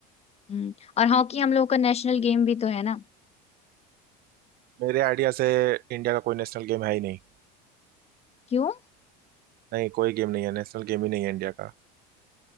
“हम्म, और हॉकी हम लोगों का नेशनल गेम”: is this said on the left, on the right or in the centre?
Left